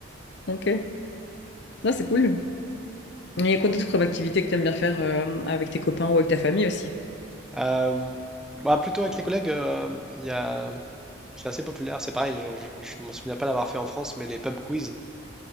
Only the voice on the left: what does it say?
Ok. Non, c'est cool. Il y a quoi d'autre comme activité que tu aimes bien faire euh, avec tes copains ou avec ta famille aussi?